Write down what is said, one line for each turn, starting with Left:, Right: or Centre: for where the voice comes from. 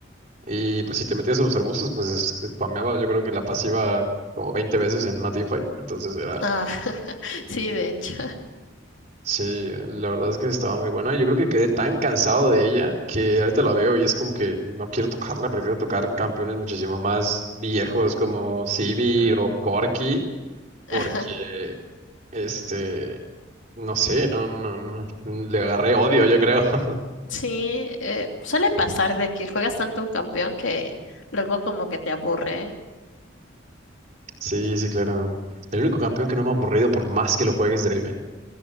Right: Y pues si te metías a los arbustos, pues es- spameaba yo creo que la pasiva como 20 veces en una teamfight. Entonces era,
Left: Ah, <laughs> sí, de hecho.
Right: Sí, la verdad es que estaba muy buena. Yo creo que quedé tan cansado de ella que ahorita la veo y es como que no quiero tocarla, prefiero tocar campeones muchísimo más viejos como Sivir
Left: Ujú.
Right: o Corki, porque
Left: <laughs> Ajá.
Right: este, no sé, no, no, no, le agarré odio, yo creo. <laughs>
Left: Sí, eh, suele pasar de que juegas tanto un campeón que luego como que te aburre
Right: Sí, sí, claro. El único campeón que no me ha aburrido por más que lo juegues Draven.